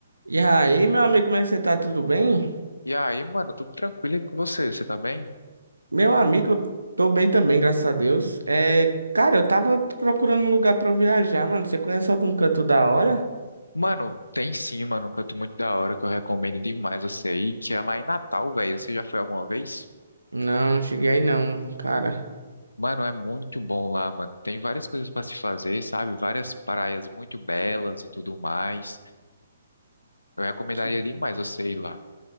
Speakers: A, on the right; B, on the left.
A: E aí, meu amigo, como é que você tá? Tudo bem?
B: E aí, mano, tudo tranquilo aí com você? Você tá bem?
A: Meu amigo, eu tô bem também, graças a Deus. É, cara, eu tava procurando um lugar pra eu viajar, mano. Você conhece algum canto da hora?
B: Mano, tem sim, mano, um canto muito da hora que eu recomendo demais você ir, que é lá em Natal, velho. Você já foi alguma vez?
A: Não, cheguei aí não, cara.
B: Mano, é muito bom lá, mano. Tem várias coisas pra se fazer, sabe? Várias praias muito belas e tudo mais. Eu recomendaria
A: Que,
B: demais você ir lá.